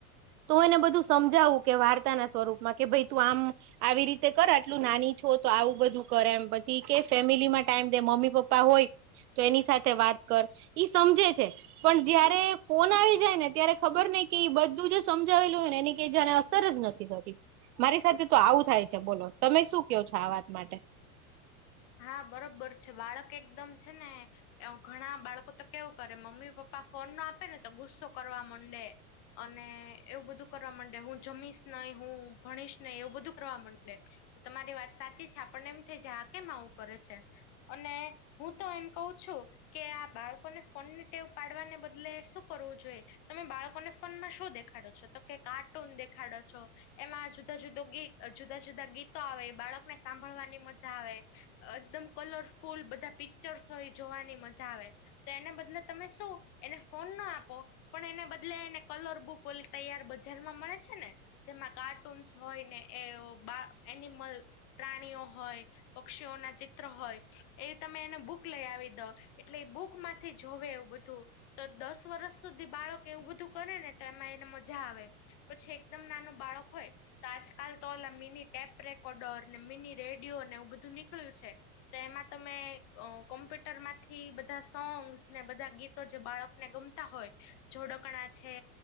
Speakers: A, on the right (about 80°); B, on the left (about 35°).
A: તો એને બધું સમજાવું કે વાર્તા ના સ્વરૂપમાં કે ભાઈ તું આમ. આવી રીતે કર આટલું નાની છો તો આવું બધું કરે એમ પછી કે ફેમિલીમાં ટાઈમ દે મમ્મી પપ્પા હોય. તો એની સાથે વાત કર ઈ સમજે છે પણ જયારે ફોન આવી. જાય ને ત્યારે ખબર નઈ કે બધું જ સમજાવેલું હોય ને એની કે જાને અસર જ નથી થતી. મારી સાથે તો આવું થાય છે બોલો તમે શું કહો છો આ વાત માટે.
B: હા બરોબર છે બાળક એકદમ છે ને. એવ ઘણા બાળકો તો કેવું કરે મમ્મી પપ્પા ફોન નો આપે ને તો ગુસ્સો કરવા મડે. અને એવું બધું કરવા માંડે હું જમીશ નહી હું ભણીશ નહી એવું બધું કરવા મડે. તો તમારી વાત સાચી છે આપણને એમ થઈ જા. કેમ આવું કરે છે અને હું તો એમ કઉ છું કે આ બાળકોને ફોનની. ટેવ પાડવાને બદલે શું કરવું જોઈએ. તમે બાળકોને ફોનમાં શું દેખાડો છો તો કે કાર્ટૂન દેખાડો છો. એમાં જુદા જુદો ગીત જુદા જુદા ગીતો આવે બાળકને સાંભળવાની મજા આવે. એકદમ કલરફુલ બધા પિક્ચરસો જોવાની મજા આવે. તો એને બદલે તમે શું એને ફોન ના આપો. પણ એના બદલે એને કલર બુક ઓલી તૈયાર બજારમાં મળે છે ને. જેમાં કાર્ટૂન્સ હોય ને એ બા એનિમલ પ્રાણીઓ હોય. પક્ષીઓ ના ચિત્ર હોય. એ તમે એને બુક લઈ આવી દો એટલે એ બુક માંથી જોવે એવું બધું. તો દસ વર્ષ સુધી બાળક એવું બધું કરે ને તો એમાં એને મજા આવે. પછી એકદમ નાનું બાળક હોય. તા આજકાલ તો ઓ મિની ટેપ રેકોર્ડર ને મિની રેડિયો ને એવું બધું નીકળ્યું છે. તો એમાં તમે અ કોમ્પ્યુટર માંથી બધા સોંગ્સ ને બધા ગીતો જે બાળકને ગમ. હોય જોડકણા છે.